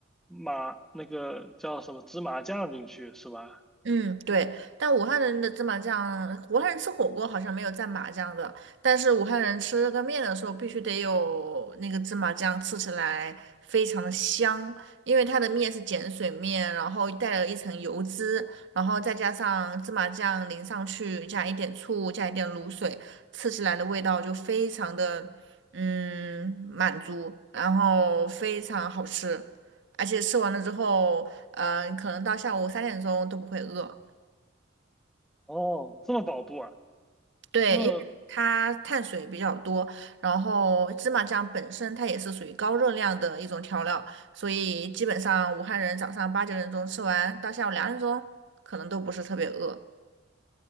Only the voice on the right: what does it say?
嗯，对，但武汉人的芝麻酱，武汉人吃火锅好像没有蘸麻酱的，但是武汉人吃这个面的时候必须得有那个芝麻酱，吃起来非常的香，因为它的面是碱水面，然后带了一层油脂，然后再加上芝麻酱淋上去，加一点醋，加一点卤水，吃起来的味道就非常的嗯满足，然后非常好吃，而且吃完了之后。嗯、可能到下午三点钟都不会饿。
对，
因为它碳水比较多，然后芝麻酱本身它也是属于高热量的一种调料，所以基本上武汉人早上八九点钟吃完，到下午两点钟可能都不是特别饿。